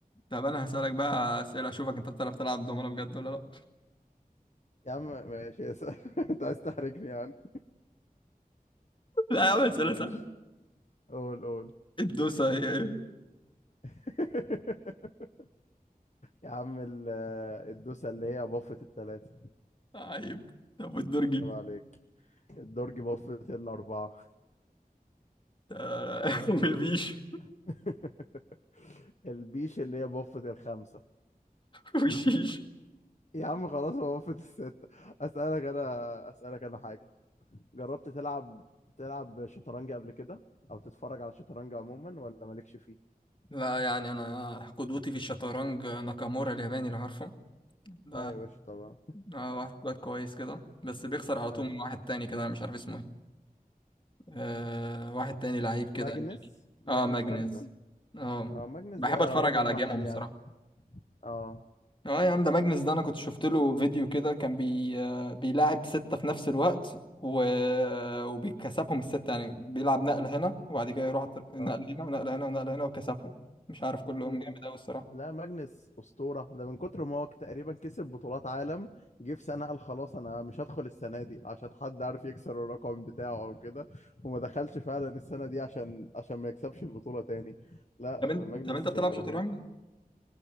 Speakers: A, on the left; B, on the left.
A: طب انا هسألك بقى اسئله اشوفك انت بتعرف تلعب دومنه بجد ولا لا
B: يا عم ماشي يا سلام <laughs> انت عايز تحرجني يعني
A: <laughs> لا يا عم اسئله
B: ماشي
A: سهله
B: قول قول
A: الدوسه هي ايه
B: <laughs> يا عم ال- الدوسه اللي هي بفت الثلاثه
A: عيب طب والدرجي
B: عيب عليك الدرج بفت الاربعه
A: آه، <laughs> والبيش
B: <laughs> البيش اللي هي بفت الخمسة
A: والشيش
B: يا عم خلاص هو بفت الستة أسألك أنا أسألك أنا حاجة جربت تلعب تلعب شطرنج قبل كده أو تتفرج على شطرنج عموما ولا مالكش فيه؟
A: لا يعني انا قدوتي في الشطرنج ناكامورا الياباني اللي عارفه ده
B: اه يا باشا طبعا
A: آه، واحد كويس كويس كده بس بيخسر
B: <laughs>
A: على طول
B: اي
A: من واحد تاني كده أنا مش عارف اسمه ايه آه، واحد تاني لعيب كده
B: ماجنس
A: أمريكي.
B: ماجنس
A: اه ماجنس
B: كارلسن
A: اه
B: اه ماجنس
A: بحب
B: ده
A: اتفرج
B: رقم
A: على
B: واحد
A: جيمهم الصراحه
B: يعني اه
A: اه يا عم ده ماجنس ده انا كنت شفت له فيديو كده كان بي آه، بيلاعب ستة في نفس الوقت و... وبيكسبهم الستة يعني بيلعب نقل هنا وبعد كده يروح نقل
B: اه
A: هنا ونقل هنا ونقل هنا وكسبهم مش عارف كلهم
B: م-
A: جامد
B: م-
A: قوي الصراحة
B: لا ماجنس أسطورة ده من كتر ما هو تقريبا كسب بطولات عالم جه في سنة قال خلاص أنا مش هدخل السنة دي عشان حد عارف يكسر الرقم بتاعه أو كده وما دخلش فعلا السنة دي عشان عشان ما يكسبش البطولة تاني لا
A: طب انت
B: ماجنس
A: طب انت بتلعب
B: رهيب
A: شطرنج